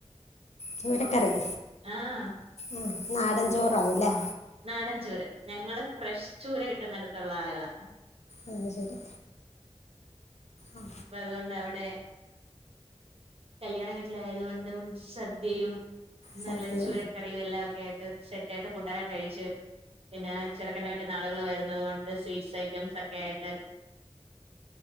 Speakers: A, on the left; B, on the right.
A: ചൂരക്കറി
B: ആഹ
A: ആ നാടൻചോറാവുംല്ലേ
B: നാടൻ ചൂര ഞങ്ങള് ഫ്രഷ് ചൂര കിട്ടുന്നിടുത്തുള്ള ആളുകളാ
A: അ ശരി അ
B: അപ്പൊ അതുകൊണ്ട് അവിടെ കല്യാണ വീട്ടിലായതുക കൊണ്ടും സദ്യയും
A: സദ്യ
B: നല്ല ചൂരക്കറിയും എല്ലാം ഒക്കെ ആയിട്ട് സെറ്റ് ആയിട്ട് ഫുഡൊക്കെ കഴിച്ചു പിന്നെ ചെറുക്കണ്ണട്ട ആളുകൾ വരുന്നത് കൊണ്ട് സ്വീറ്റ്സ് ഐറ്റംസ് ഒക്കെ ആയിട്ട്